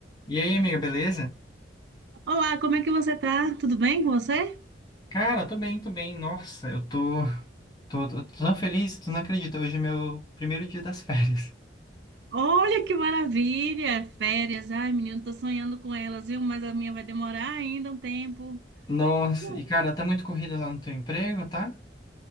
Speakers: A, on the left (about 25°); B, on the right (about 65°).
A: E aí, amiga, beleza?
B: Olá, como é que você tá? Tudo bem com você?
A: Cara, tô bem, tô bem. Nossa, eu tô, tô, tô tão feliz, tu não acredita. Hoje é meu primeiro dia das <laughs> férias.
B: Olha que maravilha! Férias. Ai, menino, tô sonhando com elas, viu? Mas a minha vai demorar ainda um tempo.
A: Nossa,
B: Pô,
A: e cara, tá muito corrido lá no teu emprego, tá?